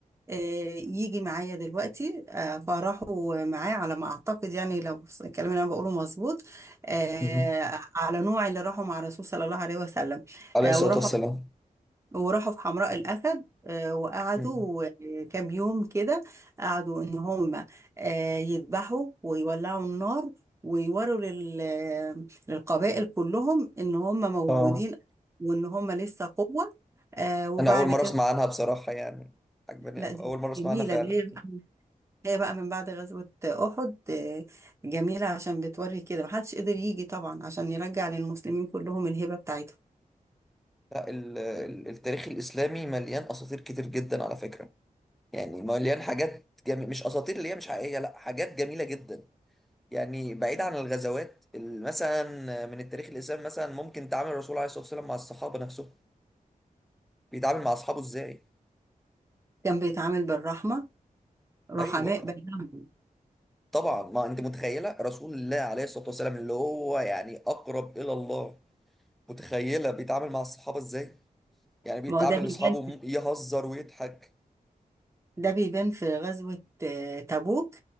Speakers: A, on the right (about 20°); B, in the centre.
A: آه، يجي معايا دلوقتي آه، فراحوا معاه على ما اعتقد يعني لو الكلام اللي انا بقوله مظبوط آه،
B: مم.
A: على نوع اللي راحوا مع الرسول صلى الله عليه وسلم
B: عليه
A: آه،
B: الصلاة
A: وراحوا
B: والسلام
A: وراحوا في حمراء الاسد آه، وقعدوا
B: مم.
A: آه، كام يوم كده قعدوا ان هم آه، يذبحوا ويولعوا النار ويوروا لل- للقبائل كلهم ان هم موجودين
B: اه
A: وان هم لسه قوة آه، وبعد
B: أنا أول مرة
A: كده
B: أسمع عنها بصراحة يعني عجباني
A: لا
B: أوي.
A: دي
B: أول مرة أسمع
A: جميلة
B: عنها فعلا
A: دي هي هي بقى من بعد غزوة أحد آه، جميلة عشان بتوري كده محدش قدر يجي طبعا عشان يرجع للمسلمين كلهم الهبة بتاعتهم
B: لا ال- ال- التاريخ الإسلامي مليان أساطير كتير جدا على فكرة يعني مليان حاجات جميلة مش أساطير اللي هي مش حقيقية لا حاجات جميلة جدا يعني بعيد عن الغزوات ال- مثلا من التاريخ الاسلامي مثلا ممكن تعامل الرسول عليه الصلاه والسلام مع الصحابه نفسهم بيتعامل مع اصحابه ازاي
A: كان بيتعامل بالرحمة رحماء
B: ايوه
A: بينهم
B: طبعا ما انت متخيله رسول الله عليه الصلاه والسلام اللي هو يعني اقرب الى الله متخيله بيتعامل مع الصحابه ازاي يعني بيتعامل
A: ما هو ده بيبان
B: لاصحابه م- يهزر ويضحك
A: ده بيبان في غزوة آه، تبوك